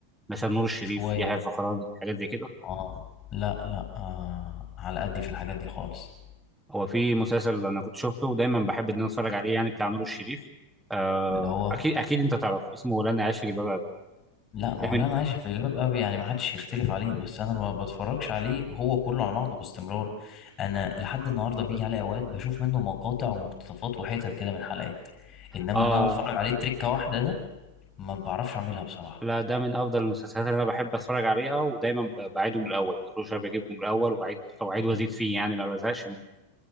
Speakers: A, in the centre; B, on the left.
A: مثلا نور الشريف
B: شويه
A: يحيى الفخراني حاجات زي كده
B: اه لا لا آه على قدي في الحاجات دي خالص
A: هو في مسلسل انا كنت شفته ودايما بحب ان انا اتفرج عليه يعني بتاع نور الشريف آه
B: اللي هو
A: اكيد اكيد انت تعرف اسمه لن اعيش في جلباب ابي
B: لا
A: ده
B: ما هو
A: من
B: لا انا عايش في الباب قوي يعني ما حدش يختلف عليه بس انا ما بتفرجش عليه هو كله على بعضه باستمرار انا لحد النهارده بيجي عليه اوقات بشوف منه مقاطع ومقتطفات وحتت كده من حلقات انما
A: اه
B: ان انا اتفرج عليه تريكه واحده ده ما بعرفش اعملها بصراحه
A: لا ده من افضل المسلسلات اللي انا بحب اتفرج عليها ودايما ب- بعيده من الاول كل شويه بجيبه من الاول واعيد او اعيد وازيد فيه يعني ما بزهقش منه.